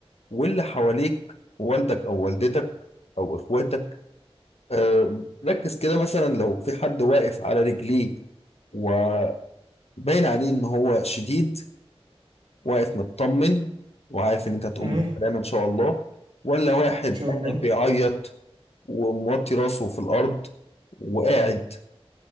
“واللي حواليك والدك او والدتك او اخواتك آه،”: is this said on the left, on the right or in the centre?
Left